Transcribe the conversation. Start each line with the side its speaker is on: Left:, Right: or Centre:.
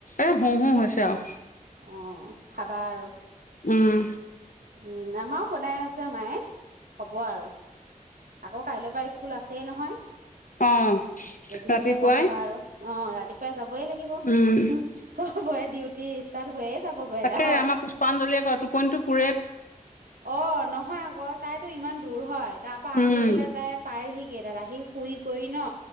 Left: এই হো হো হৈছে আও
Right: অ', খাবা আৰু।
Left: উম।
Right: উম, আমাৰো বনাই আছে মায়ে। হ'ব আৰু আকৌ কাইলৈ পৰা ই স্কুল আছেই নহয়?
Left: অহ
Right: এদিনহে
Left: ৰাতিপুৱাই।
Right: বন্ধ আৰু অ ৰাতিপুৱাই যাবই লাগিব
Left: উম।
Right: <unintelligible> চ হ'বই ডিউটি ষ্টাৰ্ট হৈয়ে যাবগৈ
Left: তাকে
Right: আৰু
Left: আমাৰ পুষ্পাঞ্জলিয়ে কয় টোপনীতো পু
Right: অ', নহয় আগত। তাইতো ইমান দূৰ হয়। তাৰ পৰা
Left: উম,
Right: আহি পেলাই তাই পায়হি <unintelligible> আহি শুই কৰি ন?